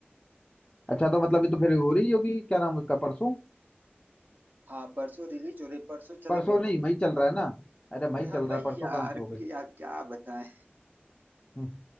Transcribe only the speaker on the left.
अच्छा तो मतलब ये तो फिर हो रही होगी क्या नाम उसका परसों
परसों नहीं मई चल रहा है ना अरे
मई चल
रहा
है परसों
कहाँ से हो गई
हम्म,